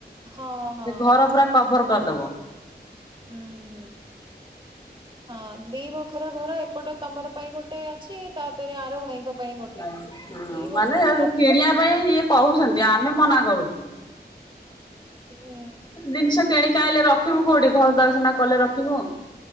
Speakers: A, on the right; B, on the left.
A: ହଁ ହଁ
B: ସେ ଘର
A: ହଁ
B: ପୁରା କଭର କରିଦବ।
A: ହୁଁ ହୁଁ ହଁ ଦି ବଖରା ଘର ଏପଟେ ତମର ପାଇଁ ଗୋଟେ ଅଛି ତାପରେ ଆର ଭାଇଙ୍କ ପାଇଁ ଗୋଟେ।
B: ହଁ ହୁଁ
A: ଦି ବଖରା
B: ମାନେ
A: ଘର
B: କିଣିବା ପାଇଁ ଇଏ କହୁଛନ୍ତି ଆମେ ମନା କରୁଛୁ।
A: ଉଁ
B: ଜିନିଷ କିଣିକି ଆଇଁଲେ ରଖିବୁ କୋଉଠି ଘର ଦ୍ବାର ସିନା କଲେ ରଖିବୁ।